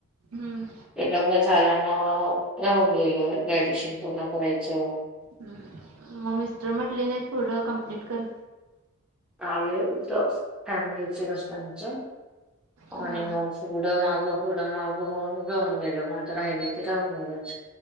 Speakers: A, on the right (about 70°); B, in the centre.
A: हम्म
B: हे लग्न झाल्यान राहून गेलं ग्रॅज्युएशन पूर्ण करायचं.
A: हम्म मग मिस्टर म्हटले नाही पुढं कंप्लीट कर?
B: काले इथ फॅमलीच मस्त आहे आमच
A: हा
B: आणि मग पुढं मागं पुढं मागं होऊन राहून गेल म आता राहिल ते राहून गेलच.